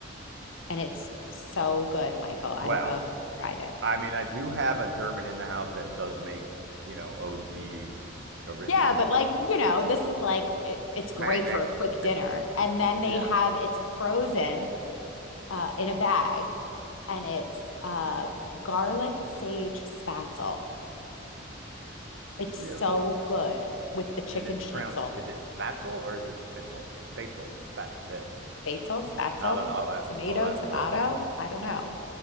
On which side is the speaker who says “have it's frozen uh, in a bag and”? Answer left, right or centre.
Left